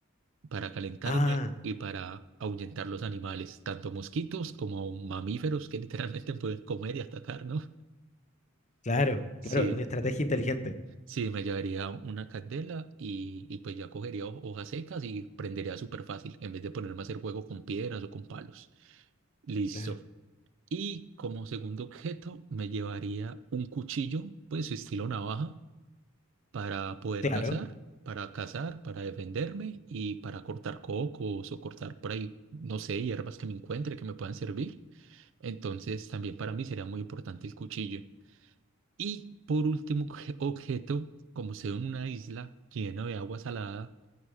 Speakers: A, on the right (about 60°); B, on the left (about 35°).
A: para calentarme
B: Ah,
A: y para ahuyentar los animales, tanto mosquitos como mamíferos que <laughs> literalmente pueden comer y atacar, ¿no?
B: claro,
A: Sí,
B: claro, una estrategia inteligente.
A: sí, me llevaría una candela y, y pues ya cogería ho- hojas secas y prendería súper fácil, en vez de ponerme a hacer fuego con piedras o con palos. Listo.
B: Claro,
A: Y como segundo objeto me llevaría un cuchillo, pues estilo navaja para poder
B: claro.
A: cazar, para cazar, para defenderme y para cortar cocos o cortar por ahí, no sé, hierbas que me encuentre que me puedan servir. Entonces, también para mí sería muy importante el cuchillo. Y por último, obje- objeto, como sea en una isla llena de agua salada,